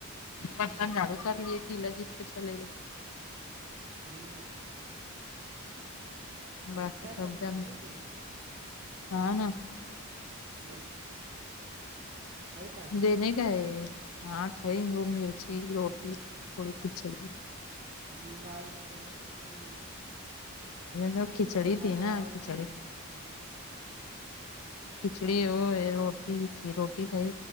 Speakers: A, on the left; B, on the right.
A: बर्तन झााडू कर लि किला जीत के चले ग.
B: हम्म
A: बस
B: क्या
A: सज
B: कर रही कपड़े सी रही थी
A: हा ना.
B: हम्म है कारण
A: देणे काय हा खाई मिर्ची रोटी थोडी खिचडी.
B: हम्म दाल चलेले बोल तुली
A: ज खिचडी ती
B: चावल
A: ना खिचडी
B: थे ना हम्म
A: खिचडी होय रोटी रोटी खाई